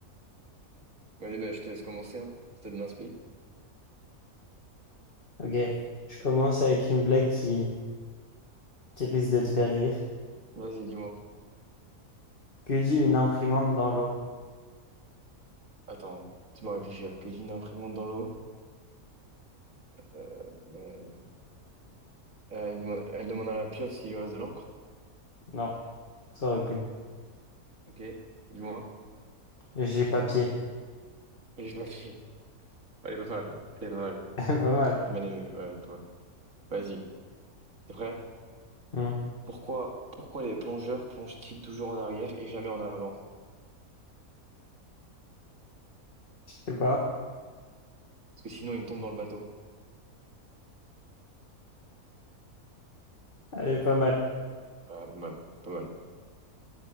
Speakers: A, on the right; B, on the left.
A: Vas-y, bah je te laisse commencer. Hein. Je te l'inspi.
B: Ok. Je commence avec une blague qui, qui risque de te faire rire.
A: Vas-y, dis-moi.
B: Que dit une imprimante dans l'eau?
A: Attends, laisse-moi réfléchir. Que dit une imprimante dans l'eau? Euh, euh, euh, il demande- elle demande à la pieuvre s'il lui reste de l'encre.
B: Non, ça aurait pu.
A: Ok. Dis-moi.
B: J'ai papier.
A: Et je m'affiche. Elle est pas mal. Elle est pas mal.
B: <laughs> Pas mal.
A: J'ai bien aimé. Ouais, pas mal. Vas-y. T'es prêt?
B: Hmm,
A: Pourquoi, pourquoi les plongeurs plongent-ils toujours en arrière et jamais en avant?
B: Je sais pas.
A: Parce que sinon, ils tombent dans le bateau.
B: Elle est pas mal.
A: Ah, pas mal, pas mal.